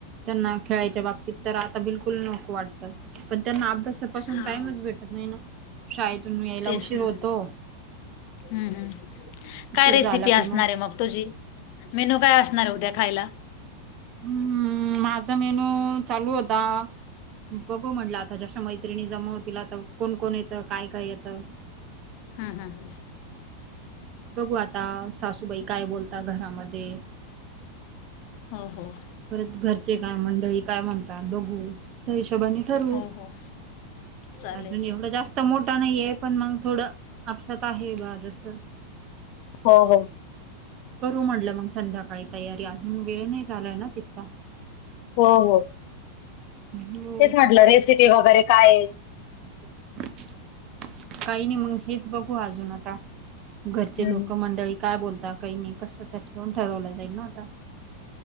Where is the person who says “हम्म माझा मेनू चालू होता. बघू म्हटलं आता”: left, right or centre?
Right